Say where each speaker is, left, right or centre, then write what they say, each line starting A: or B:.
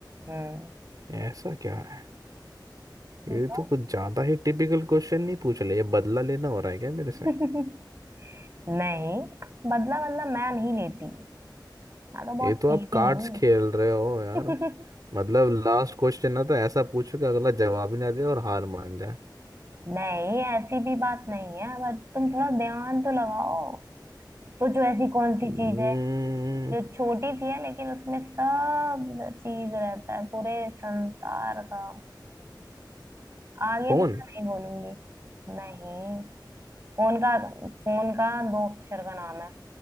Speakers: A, on the right; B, on the right.
A: हम्म,
B: ऐसा क्या है
A: बताओ
B: ये तो कुछ ज्यादा ही टिपिकल क्वेश्चन नहीं पूछ रहे ये बदला लेना हो रहा है क्या मेरे से
A: <laughs> नहीं बदला बदला मैं नहीं लेती मैं तो बहुत
B: ये तो
A: सीधी
B: आप कार्ड्स
A: हूँ
B: खेल रहे हो यार
A: <laughs>
B: मतलब लास्ट क्वेश्चन ना तो ऐसा पूछो कि अगला जवाब ही ना दे और हार मान जाए
A: नहीं ऐसी भी बात नहीं है बट तुम थोड़ा ध्यान तो लगाओ सोचो ऐसी कौन सी
B: हम्म,
A: चीज है जो छोटी सी है लेकिन उसमें सब चीज रहता है पूरे संसार का आगे
B: फोन
A: तो मैं नहीं बोलूंगी नहीं फोन का फोन का दो अक्षर का नाम है